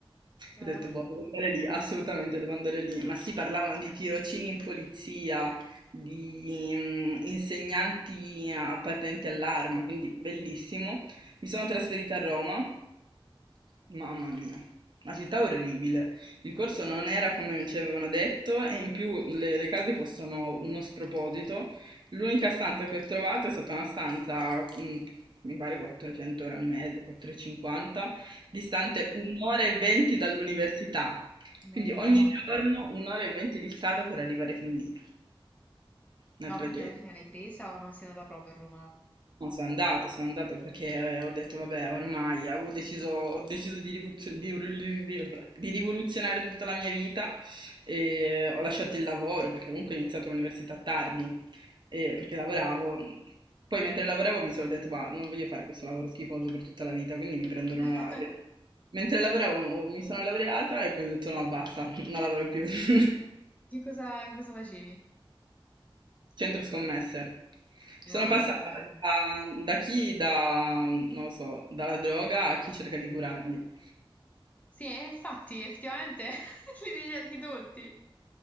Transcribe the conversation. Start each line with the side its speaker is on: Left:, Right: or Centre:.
Right: Ho detto,
Left: Eh.
Right: boh, devo andare lì, assolutamente devo andare lì. Ma sì, parlavano di tirocini in polizia, di mm, insegnanti ah, appartenenti all'arma, quindi bellissimo. Mi sono trasferita a Roma, mamma mia, una città orribile. Il corso non era come ci avevano detto e in più le, le case costano uno sproposito. L'unica stanza che ho trovato è stata una stanza, mm, mi pare 400 euro al mese, 450 distante
Left: Mm.
Right: un'ora e venti dall'università.
Left: Madonna.
Right: Quindi ogni giorno un'ora e venti di strada per arrivare fin lì. Una
Left: Ma
Right: tragedia.
Left: quindi alla fine l'hai presa o non sei andata proprio a Roma?
Right: No, sono andata, sono andata perché eh, ho detto vabbè, ormai avevo deciso, ho deciso di, rivoluzio- di- di- di- di rivoluzionare tutta la mia vita e ho lasciato il lavoro perché comunque ho iniziato l'università tardi e
Left: Mm.
Right: perché lavoravo. Poi mentre lavoravo mi sono detto ma non voglio fare questo lavoro schifoso per tutta la vita, quindi mi prendo
Left: <laughs>
Right: una laurea. Mentre lavoravo mi sono laureata e poi ho detto no, basta, non lavoro più. <laughs>
Left: Che cosa, che cosa facevi?
Right: Centro scommesse. Sono
Left: Ah,
Right: passata
Left: no. no.
Right: da, da chi da, non lo so, dalla droga a chi cerca di curarli.
Left: Sì, e infatti, effettivamente <laughs> li ricerchi tutti.